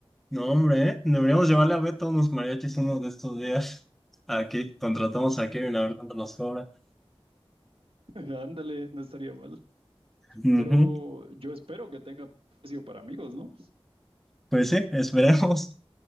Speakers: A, in the centre; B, on the right.
A: No, hombre, ¿eh? Deberíamos llevarle a Beto unos mariachis uno de estos días. <laughs> Aquí, contratamos a Kevin a ver cuánto nos cobra.
B: <laughs> Ándale, no estaría mal.
A: Ujú.
B: Pero yo espero que tenga precio para amigos, ¿no?
A: Pues sí, esperemos.